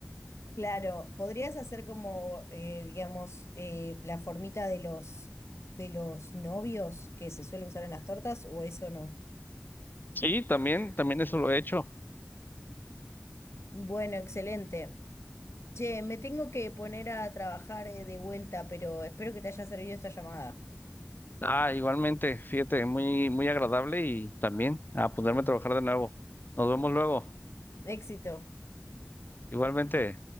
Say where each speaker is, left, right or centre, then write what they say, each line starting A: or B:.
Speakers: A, on the left; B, on the left.
A: Claro, podrías hacer como, eh, digamos, eh, la formita de los, de los novios que se suele usar en las tortas, o eso no.
B: Sí, también, también eso lo he hecho.
A: Bueno, excelente. Che, me tengo que poner a trabajar, eh, de vuelta, pero espero que te haya servido esta llamada.
B: Ah, igualmente, fíjate, muy, muy agradable y también a ponerme a trabajar de nuevo. Nos vemos luego.
A: Éxito.
B: Igualmente.